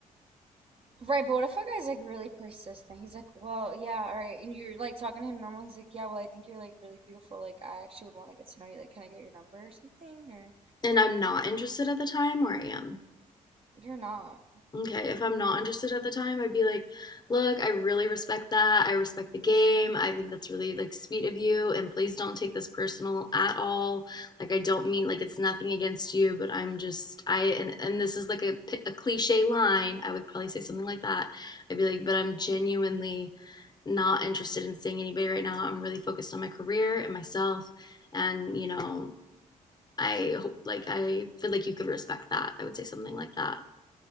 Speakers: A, on the right; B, on the left.
A: Right, but what if a guy's like really persistent? He's like, well, yeah, all right. And you're like talking to him normal. He's like, yeah, well, I think you're like really beautiful. Like, I actually would want to get to know you. Like, can I get your number or something? Or
B: and i'm not interested at the time or i am
A: You're not.
B: Okay, if I'm not interested at the time, I'd be like, look, I really respect that. I respect the game. I think that's really like sweet of you, and please don't take this personal at all. Like I don't mean like it's nothing against you, but I'm just I and and this is like a a cliche line. I would probably say something like that. I'd be like, but I'm genuinely not interested in seeing anybody right now. I'm really focused on my career and myself, and you know, I hope like I feel like you could respect that. I would say something like that.